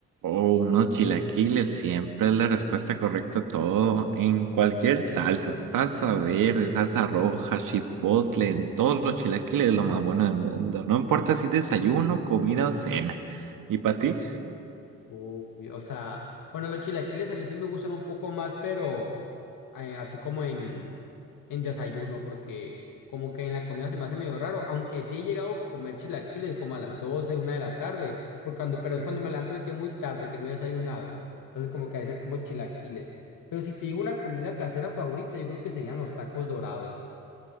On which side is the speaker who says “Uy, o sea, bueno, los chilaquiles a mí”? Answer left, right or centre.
Left